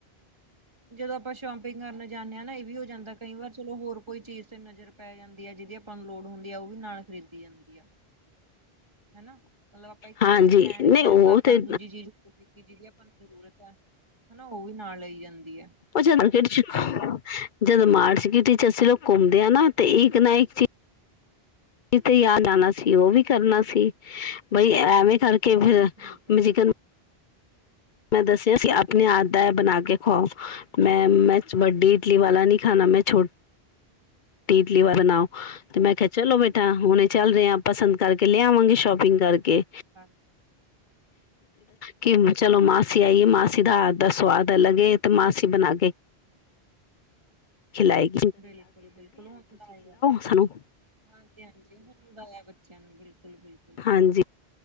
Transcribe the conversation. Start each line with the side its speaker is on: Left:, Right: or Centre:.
Right: ਜਦੋਂ ਆਪਾਂ ਸ਼ੌਪਿੰਗ ਕਰਨ ਜਾਂਦੇ ਆ ਨਾ ਵੀ ਹੋ ਜਾਂਦਾ ਕਈ ਵਾਰ ਚਲੋ ਹੋਰ ਕੋਈ ਚੀਜ਼ ਤੇ ਨਜ਼ਰ ਪੈ ਜਾਂਦੀ ਐ ਜਿਹਦੀ ਆਪਾਂ ਨੂੰ ਲੋੜ ਹੁੰਦੀ ਆ ਉਹ ਵੀ ਨਾਲ ਖਰੀਦੀ ਜਾਂਦੀ ਆ। ਹਨਾ, ਮਤਲਬ ਆਪਾਂ ਇੱਕ
Left: ਹਾਂਜੀ
Right: ਚੀਜ਼ ਲੈਣਗੀਆਂ
Left: ਨਹੀਂ ਉਹ
Right: ਤਾਂ ਆਪਾਂ
Left: ਤੇ
Right: ਨੂੰ ਦੂਜੀ ਚੀਜ਼ ਹੋ ਕਿ ਜਿਹਦੀ ਆਪਾਂ ਨੂੰ ਜ਼ਰੂਰਤ ਆ ਹਨਾ, ਉਹ ਵੀ ਨਾਲ ਲਈ ਜਾਂਦੀ ਐ।
Left: ਉਹ 'ਚ', 'ਚ' ਜਦ ਮਾਰਚ ਗਿਟ 'ਚ' ਅਸੀਂ ਘੁੰਮਦੇ ਆ ਨਾ ਤੇ ਇੱਕ ਨਾ ਇੱਕ ਚੀ ' <inaudible> ' ਕਿਥੇ ਯਾਦ ਆਣਾ ਸੀ ਉਹ ਵੀ ਕਰਨਾ ਸੀ, ਬਈ ਐਵੇਂ
Right: ਬਿਲਕੁਲ।
Left: ਕਰਕੇ ' <inaudible> ' ਫਿਰਿਕਨ
Right: ਬਿਲਕੁਲ ਜੀ
Left: ਮੈਂ ਦੱਸਿਆ ਕਿ ਆਪਣੀ ਆਦ ਦਾ ਬਣਾ ਕੇ ਖੁਓ ਮੈਂ-ਮੈਂ ਵੱਡੀ ਇਡਲੀ ਵਾਲਾ ਨਹੀਂ ਖਾਣਾ
Right: ਹਾਂ।
Left: ਮੈਂ ' <inaudible> ' ਛ ਇਡਲੀ ਵਾਲਾ ਬਣਾਉ ਤੇ ਮੈਂ ਕਿਹਾ ਚਲੋ ਬੇਟਾ ਹੁਣੇ ਚੱਲਦੇ ਆ, ਪਸੰਦ ਕਰਕੇ ਲਿਆਵਾਂਗੇ ਸ਼ੋਪਿੰਗ ਕਰਕੇ
Right: ' <unintelligible>
Left: ਕਿ ਚਲੋ ਮਾਸੀ ਆਈਏ, ਮਾਸੀ ਦਾ ਹੱਥ ਦਾ ਸਵਾਦ ਅਲੱਗ ਏ ਮਾਸੀ ਬਣਾ ਗ ਖਲਾਈ।
Right: ਬਿਲਕੁਲ-ਬਿਲਕੁਲ ਹੁੰਦਾ ਆ '
Left: ਸਾਨੂੰ
Right: <inaudible> ' ਹਾਂਜੀ-ਹਾਂਜੀ ਹੁੰਦਾ ਆ। ਚੀਆ ਨੂੰ, ਬਿਲਕੁਲ-ਬਿਲਕੁਲ।
Left: ਹਾਂਜੀ।